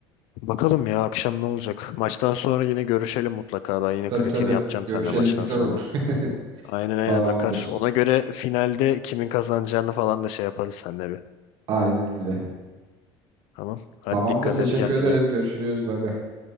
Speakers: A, on the left; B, on the right.
A: Bakalım ya akşam ne olacak. Maçtan sonra yine görüşelim mutlaka. Ben yine
B: Tabii
A: kritiğini
B: tabii.
A: yapacağım
B: Görüşelim,
A: senden maçtan
B: güzel
A: sonra.
B: olur.
A: Aynen
B: <laughs>
A: aynen
B: Tamamdır.
A: akar. Ona göre finalde kimin kazanacağını falan da şey yaparız seninle bir.
B: Aynen öyle.
A: Tamam. Hadi
B: Tamamdır.
A: dikkat
B: Teşekkür
A: et kendine.
B: ederim. Görüşürüz. Bay bay.